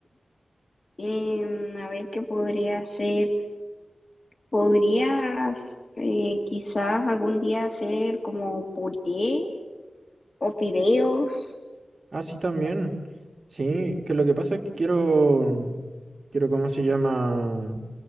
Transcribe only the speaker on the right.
Ah, sí, también. Sí, que lo que pasa es que quiero, quiero, ¿cómo se llama?